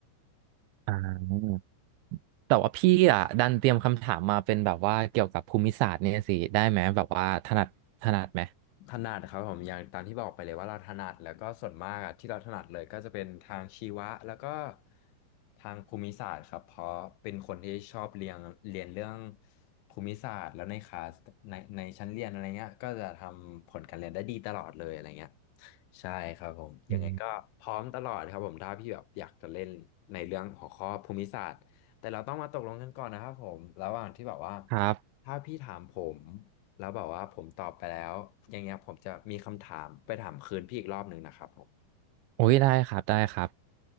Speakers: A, on the right (about 80°); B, on the left (about 85°).
A: อ่าแต่ว่าพี่อ่ะดันเตรียมคำถามมาเป็นแบบว่าเกี่ยวกับภูมิศาสตร์เนี่ยสิได้ไหมแบบว่าถนัดถนัดไหม
B: ถนัดครับผมอย่างตามที่บอกไปเลยว่าเราถนัดแล้วก็ส่วนมากอะที่เราถนัดเลยก็จะเป็นทางชีวะแล้วก็ทางภูมิศาสตร์ครับเพราะเป็นคนที่ชอบเรียนเรียนเรื่องภูมิศาสตร์แล้วในคลาสในในชั้นเรียนอะไรเงี้ยก็จะทำผลการเรียนได้ดีตลอดเลยอะไรเงี้ยใช่ครับผมยังไงก็พร้อมตลอดครับผมถ้าพี่แบบอยากจะเล่นในเรื่องหัวข้อภูมิศาสตร์แต่เราต้องมาตกลงกันก่อนนะครับผมระหว่างที่แบบว่า
A: อืมครับ
B: ถ้าพี่ถามผม แล้วแบบว่าผมตอบไปแล้วอย่างเงี้ยผมจะมีคำถามไปถามคืนพี่อีกรอบหนึ่งนะครับผม
A: โอ้ยได้ครับได้ครับ